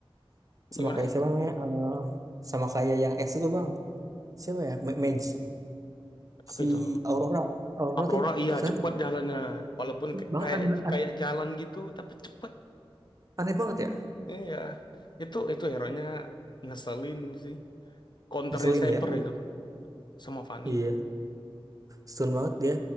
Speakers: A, on the right; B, on the left.
A: sama
B: gimana?
A: kayak siapa namanya? Eh, sama kayak yang S itu bang. Siapa ya? Ma- Mage.
B: Apa
A: Si
B: itu?
A: Aurora. Aurora
B: Aurora
A: tuh
B: iya
A: gila
B: cepat
A: tuh.
B: jalannya. Walaupun k-
A: banget
B: kayak
A: aneh, aneh,
B: kayak jalan gitu tapi cepat.
A: aneh banget ya.
B: Iya. Itu itu hero-nya ngeselin sih. Counternya
A: Ngeselin
B: Saber
A: ya.
B: itu sama Fanny.
A: Iya, stun banget dia.